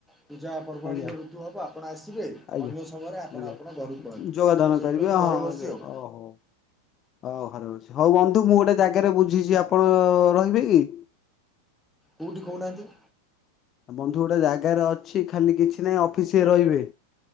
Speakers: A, in the centre; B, on the left.
A: ପୂଜାପର୍ବାଣୀର
B: ଆଜ୍ଞା
A: ଋତୁ ହେବ ଆପଣ ଆସିବେ
B: ଆଜ୍ଞା
A: ଅନ୍ୟ ସମୟରେ ଆପଣ
B: ଆଜ୍ଞା
A: ଆପଣ ଘରକୁ ପଳନ୍ତୁ।
B: ଯୋଗଦାନ
A: ତଉ ସେଇଥିପାଇଁ
B: କରିବେ
A: ମୁଁ
B: ହଁ
A: ଘରେ ବସି ଆଉ।
B: ଓହୋ। ହଉ ଘରେ କରଛି ହଉ ବନ୍ଧୁ ମୁଁ ଗୋଟେ ଜାଗାରେ ବୁଝିଛି ଆପଣ ରହିବେ କି?
A: କେଉଁଠି କହୁନାହାନ୍ତି?
B: ବନ୍ଧୁ ଗୋଟେ ଜାଗାରେ ଅଛି ଖାଲି କିଛି ନାହିଁ ଅଫିସ ରହିବେ।